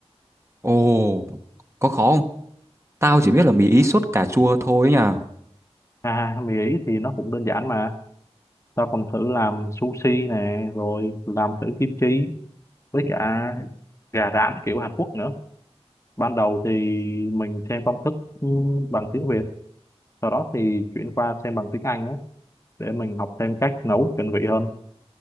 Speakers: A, on the right (about 25°); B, on the left (about 25°).
A: Ồ, có khó không? Tao chỉ biết là mì ý sốt cà chua thôi nha.
B: à mì Ý thì nó cũng đơn giản mà ta còn thử làm sushi nè rồi làm thử kim chi với cả gà rán kiểu Hàn Quốc nữa ban đầu thì mình xem công thức ừ, bằng tiếng Việt sau đó thì chuyển qua xem bằng tiếng Anh á để mình học thêm cách nấu chuẩn vị hơn